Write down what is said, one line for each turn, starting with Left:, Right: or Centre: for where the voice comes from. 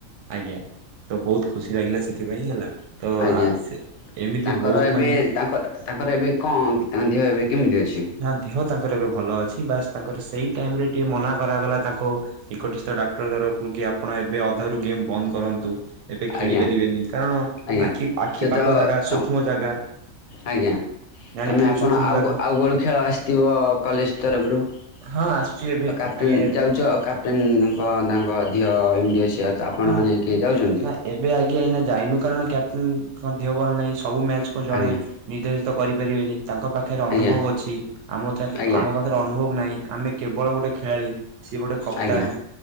Right: ଆଜ୍ଞା ତ ବୋହୁତ୍ ଖୁସି ଲାଗିଲା ସେଥିପାଇଁ ହେଲା ତ
Left: ଆଜ୍ଞା
Right: ଆ ସେ ଏମିତି
Left: ତାଙ୍କର
Right: ବହୁତ
Left: ଏବେ
Right: ମାନେ
Left: ତାଙ୍କର ତାଙ୍କର ଏବେ କଅଁ ତାଙ୍କ ଦେହ ଏବେ କିମିତି ଅଛି?
Right: ନା ଦେହ ତାଙ୍କର ଏବେ ଭଲ ଅଛି, ବାସ୍ ତାଙ୍କର ସେଇ ଟାଇମ୍ ରେ ଟିକେ ମନା କରାଗଲା ତାଙ୍କୁ ନିକଟିସ୍ଥ ଡାକ୍ଟର କୁକି କି ଆପଣ ଏବେ ଅଧାରୁ ଗେମ୍ ବନ୍ଦ କରନ୍ତୁ? ଏବେ
Left: ଆଜ୍ଞା
Right: ଖେଳି ପାରିବେନି, କାରଣ
Left: ଆଜ୍ଞା
Right: ଆଖି ଆଖି
Left: ସେ ତ
Right: ପାଖ ଜାଗା
Left: ତ
Right: ସୂକ୍ଷ୍ମ ଜାଗା।
Left: ଆଜ୍ଞା
Right: ଜାଣିଥିବେ
Left: ତମେ ଆପଣ
Right: ସୂକ୍ଷ୍ମ
Left: ଆଉ
Right: ଜାଗା
Left: ଗୋ ଆଉ ଗୋଳୁ ଖେଳ ଆସିଥିବ କଲେଜ୍ ତରଫରୁ? ଆଉ
Right: ହଁ ଆସିଛି ଏବେ
Left: କାପଟେନ୍
Right: ଆଜ୍ଞା
Left: ଯାଉଚ ଆ କପ୍ ଟେନ୍ ତାଙ୍କ ତାଙ୍କ ଧିଅ ଏମିତି ଅଛି ଆତ୍ ଆପଣ
Right: ହଁ
Left: ମାନେ କିଏ ଯାଉଛନ୍ତି।
Right: ନା ଏବେ ଆଜ୍ଞା ଏଇନା ଯାଇନୁ କାରଣ କ୍ୟାପଟେନ୍ ନ୍ ଙ୍କ ଦିହ ଭଲ ନାହିଁ ସବୁ ମ୍ୟାଚ୍ କୁ ଜଣେ
Left: ଆଜ୍ଞା
Right: ନିର୍ଦ୍ଧାସତ କରିପାରିବେନୀ ତାଙ୍କ ପାଖେରେ
Left: ଆଜ୍ଞା
Right: ଅନୁଭବ ଅଛି ଆମ ତାଙ୍କ
Left: ଆଜ୍ଞା
Right: ଆମ ପାଖରେ ଅନୁଭବ ନାହିଁ ଆମେ କେବଳ ଗୋଟେ ଖେଳାଳି ସିଏ ଗୋଟେ କପ୍ତାନ୍
Left: ଆଜ୍ଞା